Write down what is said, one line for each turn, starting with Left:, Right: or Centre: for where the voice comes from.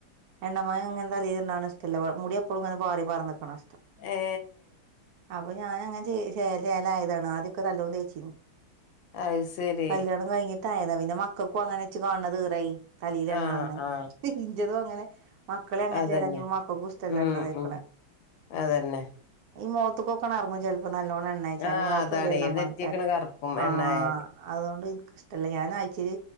Right: എണ്ണമയും അങ്ങെന്ത തലില് ഇണ്ടക്ക്ണത് ഇഷ്ടല്ല മുടിയപ്പോും ഇങ്ങനെ പാറി പറാന്ന് നിക്ക്ണാ ഇഷ്ടം
Left: ഏ
Right: അപ്പ ഞാന അങ്ങന ശേല ആയതാണ് ആദ്യൊക്കെ നല്ലോ തേച്ചിന്നു
Left: അത് ശരി
Right: കല്യാണം കഴിഞ്ഞിട്ടായതാ പിന്നെ മക്കൾക്കും അങ്ങനെ ഇച്ച് കാണ് ണ ത് ഈറായി തലല് എണ്ണ
Left: ആ
Right: കാണ് ണത്
Left: ആ
Right: ഇറ്റതും അങ്ങനെ മക്കളെ അങ്ങനെ
Left: അതന്നെ
Right: ചെലാക്കി ഇപ്പം മക്കൾക്കും ഇഷ്ടല്ല
Left: ഉം
Right: എണ്ണ തേക്ക്ണത്
Left: ഉം അതന്നെ
Right: ഈ മുഖത്ത് കൊക്കെ ഇറങ്ങും ചിലപ്പോ നല്ലോണ്ണം എണ്ണയച്ചാല്
Left: ആ
Right: മുഖത്ത്
Left: അതാണ്
Right: ഒര്. എണ്ണമയം
Left: നെറ്റിയൊക്കണ്
Right: ആയക്കാരം
Left: കറുക്കും
Right: ആഹ്
Left: എണ്ണായാല്
Right: അതുകൊണ്ട് എനിക്കിഷ്ടമല്ല ഞാന് ആയ്ച്ചോല്